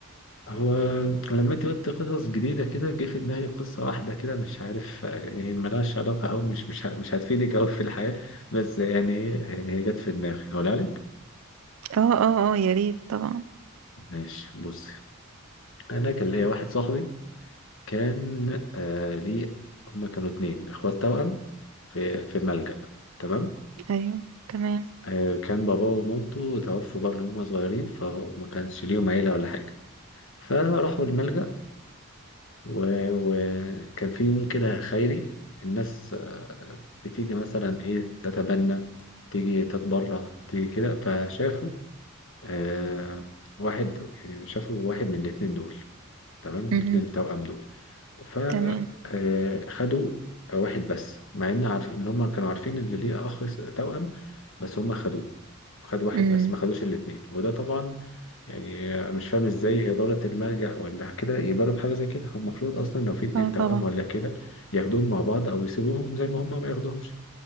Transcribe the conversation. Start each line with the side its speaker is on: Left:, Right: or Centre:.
Left: هو لما انت قلت قصص جديدة كده جه في دماغي قصة واحدة كده مش عارف يعني هي ملهاش علاقة أوي مش مش ه- مش هتفيدك أوي في الحياة بس يعني ايه يعني هي جت في دماغي هقولها لك
Right: اه اه اه يا ريت طبعا
Left: ماشي بصي أنا كان ليا واحد صاحبي كان آه ليه هما كانوا اتنين اخوات توأم في في الملجأ تمام
Right: ايوه تمام
Left: آه كان باباه ومامته توفوا بقى من هما صغيرين فما كانش ليهم عيلة ولا حاجة فراحوا الملجأ وكان في يوم كده خيري الناس آه، بتيجي مثلا ايه تتبنى تيجي تتبرع تيجي كده فشافوا آه واحد يعني شافوا واحد من الاتنين دول تمام
Right: مهم.
Left: الاتنين التوأم دول فخدوا
Right: تمام
Left: واحد بس مع ان عارف ان هم كانوا عارفين ان ليه اخ س- توأم بس هم خدوه خدوا واحد
Right: مهم.
Left: بس ما خدوش الاتنين وده طبعا يعني مش فاهم ازاي إدارة الملجأ ولا كده يقبلوا بحاجة زي كده هم المفروض أصلا لو في اتنين
Right: اه
Left: توأم
Right: طبعا
Left: ولا كده ياخدوهم مع بعض أو يسيبوهم زي ما هم ما ياخدوهمش